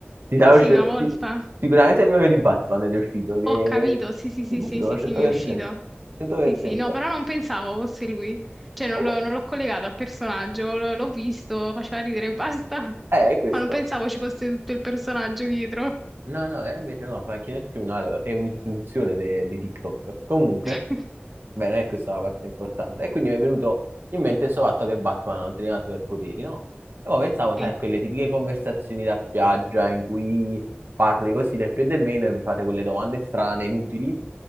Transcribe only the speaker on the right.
Ti
sarà uscito-
ti- Sicuramente è il meme di Batman ed è uscito, che
sicuro,
100%.
100%.
Come...
Eh, è questo.
No, no, eh, invece no, fa anche il criminale, è un'istituzione de- di TikTok. Comunque,
Beh, non è questa è la parte importante. E quindi mi è venuto in mente questo fatto che Batman non teneva superpoteri, no? E poi pensavo,
sai, a quelle tipiche conversazioni da spiaggia in cui parli così del più e del meno e vi fate quelle domande strane, inutili.